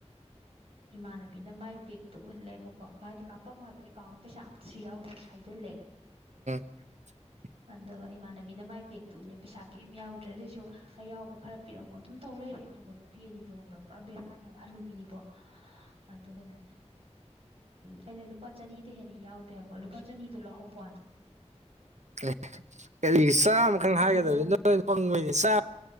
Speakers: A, on the right; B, on the right.
A: ꯏꯃꯥꯟꯅꯕꯤꯅ ꯃꯥꯏ ꯕꯦꯛꯇꯨ ꯎꯠꯂꯦꯕ ꯀꯣ ꯍꯥꯏꯚꯗꯤ ꯀꯥꯄꯝꯃꯣ ꯍꯥꯏꯕ ꯑꯦꯀꯥꯎꯟꯗ ꯄꯩꯁꯥꯝꯨ ꯌꯥꯎꯗ꯭ꯔꯦꯅ ꯍꯥꯏꯖꯜꯂꯦ
B: <inaudible>
A: ꯑꯗꯨꯒ ꯏꯃꯥꯟꯅꯕꯤꯅ ꯃꯥꯏ ꯕꯦꯒꯛꯇꯨ ꯎꯠꯂꯦ ꯄꯩꯁꯥ ꯀꯩꯝ ꯌꯥꯎꯗ꯭ꯔꯦ ꯑꯗꯨꯑꯣꯏꯁꯨ ꯑ ꯌꯥꯎꯕ ꯈꯔ ꯄꯤꯔꯝꯃꯣ ꯑꯗꯨꯝ ꯇꯧ ꯂꯩꯔꯦ ꯈꯪꯕ ꯅꯨꯄꯥ ꯅꯨꯄꯤ ꯑꯅꯤ ꯇꯣꯡꯉꯕ꯭ꯔꯥ ꯄꯨꯔꯥ ꯕꯦꯔꯥꯅꯦꯕ ꯍꯜꯂꯨꯄꯤꯅꯤꯀꯣ ꯑꯗꯨꯒꯅꯦ ꯑꯩꯅ ꯂꯨꯄꯥ ꯆꯅꯤꯗ ꯍꯦꯟꯅ ꯌꯥꯎꯗꯦꯕꯀꯣ ꯂꯨꯄꯥ ꯆꯅꯤꯗꯣ ꯂꯥꯛꯍꯧꯕꯅꯤ
B: ꯑꯦ ꯀꯔꯤ ꯆꯥꯝꯃꯈꯪ ꯍꯥꯏꯒꯗꯕꯅꯤ
A: ꯕꯦꯔꯥ
B: ꯅꯣꯏ ꯄꯪꯕꯩꯅꯤ ꯆꯥ